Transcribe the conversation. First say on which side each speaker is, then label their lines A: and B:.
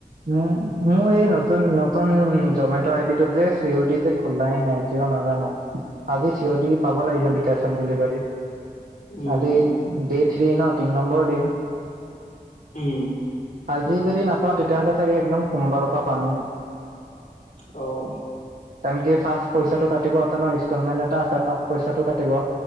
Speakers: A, on the right; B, on the left.
A: উম, মই এই নতুন <unintelligible> জমেট' আই ডিটোত যে চি ইউ টি যে। খোলাই নাই কিয় নাজানো, আজি চিঞদি পাব লাগিছিল কেচ অন ডেলিভাৰী।
B: উম
A: আজি ডে থ্ৰী ন' তিন নম্বৰ দিন।
B: উম,
A: আজি যদি নাপাওঁ তেতিয়াহ'লে চাগে একদম সোমবাৰৰ পৰা পাম।
B: অ',
A: তাৰমানে কি ফাৰ্ষ্ট পইচাটো কাটিব <unintelligible> ইনষ্টলমেণ্ট এটা আছে ফাৰ্ষ্ট পইচাটো কাটিব।